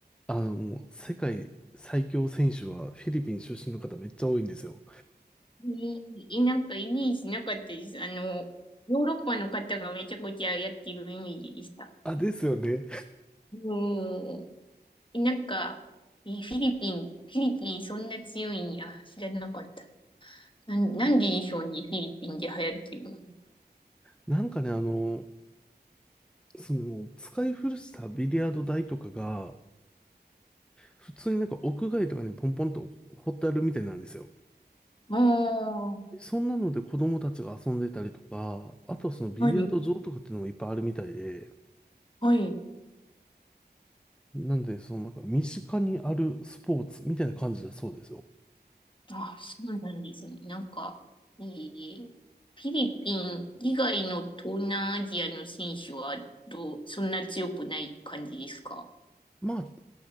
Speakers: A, in the centre; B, on the left.
A: あの、もう世界最強選手はフィリピン出身の方めっちゃ多いんですよ。
B: ねえ、なんかイメージなかったです。あの、ヨーロッパの方がめちゃくちゃやってるイメージでした。
A: あ、ですよね。
B: うん。えなんか、え、フィリピン、フィリピンそんな強いんや。知らなかった。なん、なんででしょうね、フィリピンで流行ってるの。
A: なんかね、あの、その、使い古したビリヤード台とかが、普通になんか屋外とかにポンポンと掘ってあるみたいなんですよ。
B: あ
A: そんなので子供たちが遊んでたりとか、あとはそのビリヤード場とかっていうのもいっぱいあるみたいで、
B: あ、はい、はい。
A: なんで、そのなんか身近にあるスポーツみたいな感じだそうですよ。
B: あ、そうなんですね。なんか、えー、フィリピン以外の東南アジアの選手はどう、そんな強くない感じですか
A: まあ